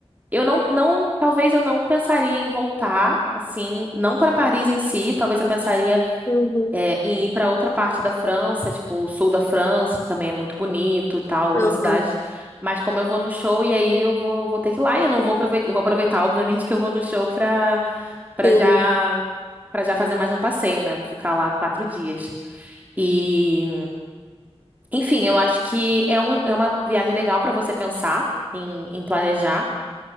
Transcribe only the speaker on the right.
Eu não, não, talvez eu não pensaria em voltar, assim, não para Paris em si, talvez eu pensaria
é, em ir para outra parte da França, tipo o sul da França, que também é muito bonito e tal, outras
cidades. Mas como eu vou no show e aí eu vou, vou ter que ir lá e eu não vou aproveitar, eu vou aproveitar, obviamente, que eu vou no show para para
já para já fazer mais um passeio, né? Vou ficar lá quatro dias. E, enfim, eu acho que é, um, é uma viagem legal para você pensar em, em planejar.